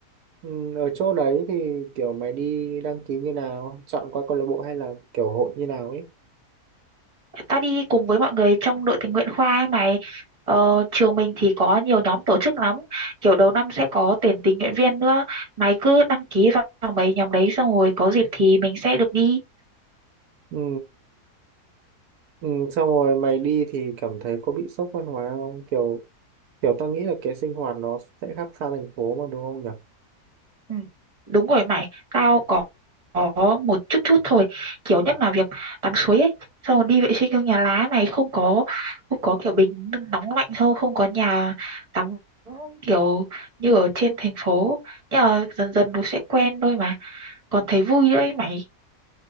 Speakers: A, on the right; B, on the right.
A: ừ. ở chỗ đấy thì kiểu mày đi đăng ký như nào chọn qua câu lạc bộ hay là kiểu hội như nào ấy
B: ta đi cùng với mọi người trong đội tình nguyện khoa ấy mày ờ, trường mình thì có nhiều nhóm tổ chức lắm kiểu đầu năm sẽ có tuyển tình nguyện viên nữa mày cứ đăng ký vào vào mấy nhóm đấy xong rồi có dịp thì mình sẽ được đi
A: ừ. ừ. xong rồi mày đi thì cảm thấy có bị sốc văn hóa không kiểu kiểu tao nghĩ là cái sinh hoạt nó sẽ khác xa thành phố mà đúng không nhở
B: ừ, đúng rồi mày tao có có một chút chút thôi kiểu nhất là việc tắm suối ấy xong rồi đi vệ sinh trong nhà lá mày không có không có kiểu bình nóng lạnh không không có nhà tắm kiểu như ở trên thành phố nhưng mà dần dần nó sẽ quen thôi mà còn thấy vui nữa ấy mày